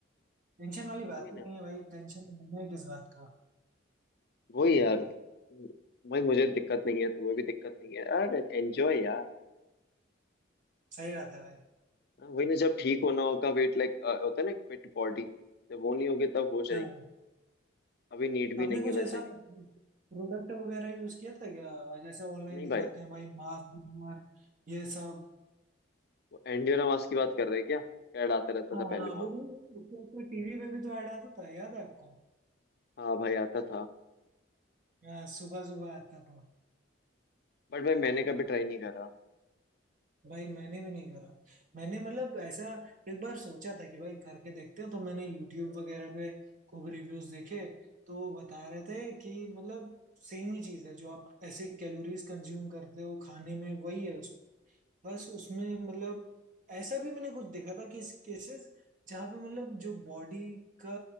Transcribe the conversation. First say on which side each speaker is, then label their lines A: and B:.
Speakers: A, on the right; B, on the left.
A: टेंशन वाली बात
B: वही ना
A: ही नहीं है भाई टेंशन लेना है किस बात का
B: वही यार भाई मुझे दिक्कत नहीं है तुम्हें भी दिक्कत नहीं है यार एंजॉय यार
A: सही बात है भाई
B: हाँ, वही ना जब ठीक होना होगा वेट लाइक होता है ना फिट बॉडी जब वो नहीं होगी तब हो जाएगी
A: हाँ
B: अभी नीड भी
A: आपने
B: नहीं
A: कुछ
B: है
A: ऐसा
B: वैसे भी
A: प्रोडक्ट वगैरह यूज किया था क्या जैसे ऑनलाइन
B: नहीं
A: दिखाते
B: भाई
A: हैं भाई मास्क बीमार ये सब
B: वो एंडियोरा मास की बात कर रहे हैं क्या कैड आता रहता
A: हाँ
B: था पहले
A: हाँ
B: बहुत
A: वो भाई उसको टीवी पे भी तो ऐड आता था याद है आपको
B: हाँ भाई आता था
A: हाँ सुबह सुबह आता था
B: बट भाई मैंने कभी ट्राई नहीं करा
A: भाई मैंने भी नहीं करा मैंने मतलब ऐसा एक बार सोचा था कि भाई करके देखते हैं तो मैंने यूट्यूब वगैरह पे खूब रिव्यूज देखे तो बता रहे थे कि मतलब सेम ही चीज है जो आप ऐसे कैलोरीज कंज्यूम करते हो खाने में वही है उस बस उसमें मतलब ऐसा भी मैंने कुछ देखा था कि केसेस जहाँ पे मतलब जो बॉडी का